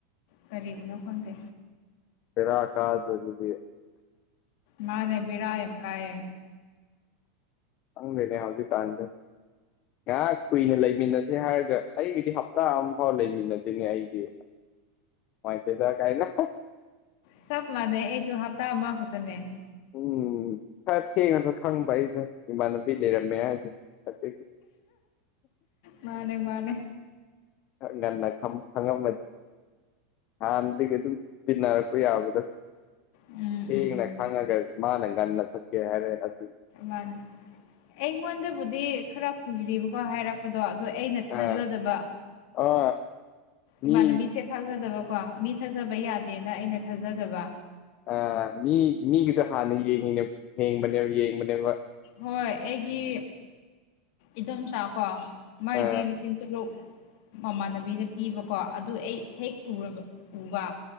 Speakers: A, on the left; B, on the left.
A: ꯀꯔꯤꯒꯤꯅ‌ꯣ ꯈꯪꯗꯦ
B: ꯕ‌ꯦꯔꯥ ꯀꯥꯗ꯭ꯔ‌ꯣ ꯑꯗꯨꯗꯤ
A: ꯃꯥꯅꯦ ꯕꯤꯔꯥ ꯌꯥꯝ ꯀꯥꯏꯌꯦ
B: ꯈꯪꯗꯦꯅꯦ ꯍꯧꯖꯤꯛꯀꯥꯟꯁꯦ ꯉꯥꯏꯍꯥꯛ ꯀꯨꯏꯅ ꯂꯩꯃꯤꯟꯅꯁꯦ ꯍꯥꯏꯔꯒ ꯑꯩꯒꯤꯗꯤ ꯍꯞꯇꯥ ꯑꯝꯐꯥꯎ ꯂꯩꯃꯤꯟꯅꯗ‌ꯦꯅꯦ ꯑꯩꯗꯤ ꯑ꯭ꯋꯥꯏꯟꯇ‌ꯦꯗ ꯀꯥꯏꯅ
A: ꯆꯞ ꯃꯥꯟꯅꯩ ꯑꯩꯁꯨ ꯍꯞꯇꯥ ꯑꯃꯈꯛꯇꯅꯦ
B: ꯎꯝ ꯈꯔ ꯊꯦꯡꯅꯁꯨ ꯈꯪꯕ ꯑꯩꯁꯦ ꯏꯃꯥꯟꯅꯕꯤ ꯂꯩꯔꯝꯃꯦ ꯍꯥꯏꯁꯦ ꯑꯗꯨꯒꯤ
A: ꯃꯥꯅꯦ ꯃꯥꯅꯦ
B: ꯈꯔ ꯉꯟꯅ ꯈꯝ ꯈꯪꯉꯝꯃ ꯍꯥꯟꯅꯗꯒꯤ ꯑꯗꯨꯝ ꯇꯤꯟꯅꯔꯛꯄ ꯌꯥꯕꯗꯣ
A: ꯎꯝ ꯎꯝ
B: ꯊꯦꯡꯅ ꯈꯪꯉꯒ ꯃꯥꯅ ꯉꯟꯅ ꯆꯠꯀꯦ ꯍꯥꯏꯔꯦ ꯍꯠ
A: ꯃꯥꯟꯅꯤ ꯑꯩꯉꯣꯟꯗꯕꯨꯗꯤ ꯈꯔ ꯀꯨꯏꯔꯦꯕꯀꯣ ꯍꯥꯏꯔꯛ ꯄꯗꯣ ꯑꯗꯣ ꯑꯩꯅ ꯊꯥꯖꯗꯕ
B: ꯑ ꯑ ꯃꯤ
A: ꯏꯃꯥꯟꯅꯕꯤꯁꯦ ꯊꯥꯖꯗꯕꯀꯣ ꯃꯤ ꯊꯥꯖꯕ ꯌꯥꯗꯦꯅ ꯑꯩꯅ ꯊꯥꯖꯗꯕ
B: ꯑꯥ ꯃꯤ ꯃꯤꯒꯤꯗ ꯍꯥꯟꯅ ꯌꯦꯡꯉꯤꯅꯦ ꯌꯦꯡꯕꯅꯦꯕ ꯌꯦꯡꯕꯅꯦꯕ
A: ꯍꯣꯏ ꯑꯩꯒꯤ ꯏꯗꯣꯝꯆꯥ ꯀꯣ ꯃꯥꯏꯗꯤ
B: ꯑ
A: ꯂꯤꯁꯤꯡ ꯇꯔꯨꯛ ꯃꯃꯥꯟꯅꯕꯤꯅ ꯄꯤꯕꯀꯣ ꯑꯗꯨ ꯑꯩ ꯍꯦꯛ ꯎꯔꯕ ꯎꯕ